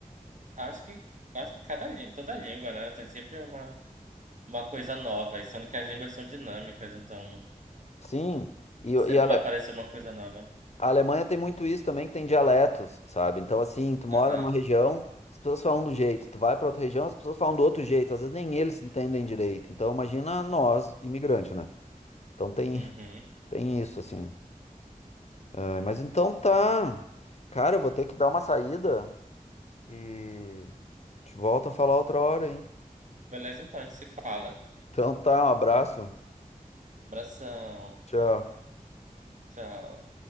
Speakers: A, on the right; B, on the left.
A: Acho que... Acho que cada língua, toda língua, né? Tem sempre uma... uma coisa nova, e sendo que as línguas são dinâmicas, então
B: Sim, e, e
A: sempre
B: a Ale-
A: vai aparecer uma coisa nova.
B: a Alemanha tem muito isso também, que tem dialetos, sabe? Então, assim, tu mora
A: Aham.
B: numa região, as pessoas falam de um jeito, tu vai pra outra região, as pessoas falam do outro jeito, às vezes nem eles se entendem direito. Então, imagina nós, imigrante, né? Então tem,
A: Uhum.
B: tem isso, assim. Ah, mas então tá. Cara, eu vou ter que dar uma saída. E a gente volta a falar outra hora, hein?
A: Beleza, então a gente se fala.
B: Então tá, um abraço.
A: Abração.
B: Tchau.
A: Tchau.